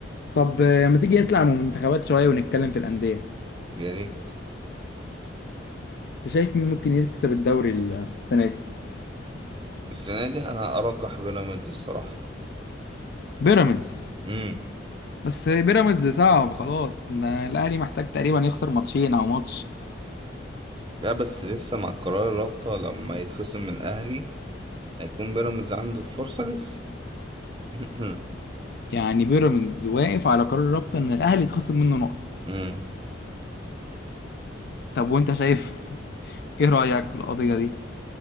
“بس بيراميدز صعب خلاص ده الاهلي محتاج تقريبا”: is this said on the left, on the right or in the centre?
Left